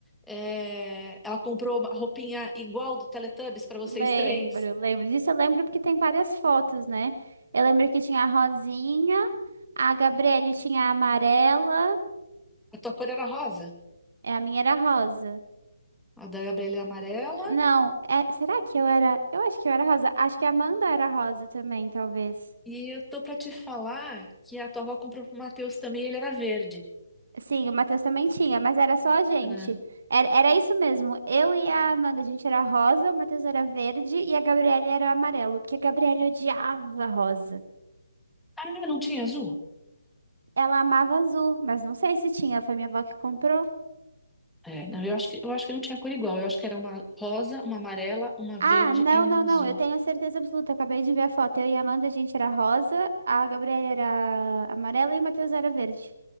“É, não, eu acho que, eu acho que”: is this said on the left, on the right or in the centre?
Centre